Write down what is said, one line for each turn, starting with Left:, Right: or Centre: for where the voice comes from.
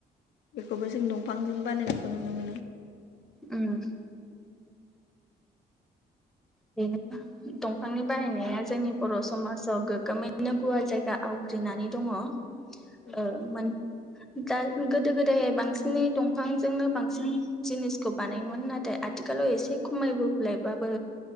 Left: बेखौबो जों दंफांजों बानायनायखौ नुनो मोनो
Centre: उम बेनो दंफांनि बाहायनाया जोंनि बर' समाजाव गो ग्मैनो गुवार जायगा आवग्रिनानै दङ मोन
Left: औ नंगौ नोंथां
Centre: दा गोदो गोदाय बांसिनै दंफांजोंनो बांसिन जिनिसखौ बानायोमोन नाथाय आथिखालाव एसे खमायबोलायबाबो